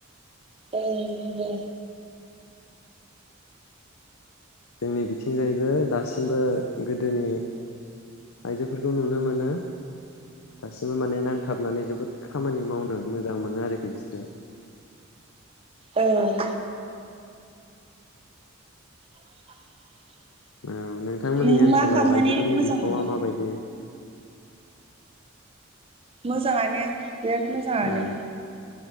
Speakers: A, on the right (about 25°); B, on the left (about 85°).
A: ओं नोंगौ
B: जोंनि बिथिंजायैबो दासिमबो गोदोनि आइजोफोरखौ नुनो मोनो दासिमबो माने नांथाबनानै जोबोद खामानि मावनो मोजां मोनो आरोखि बिसोरो
A: ओं <inaudible>
B: औ नोंथांमोननि
A: नों
B: ओनसोलाव
A: मा खालामनानै
B: आइजोफोरनि
A: मोजां
B: बिफावा
A: मोनो?
B: माबायदि
A: मोजाङानो बिराथ मोजाङानो
B: औ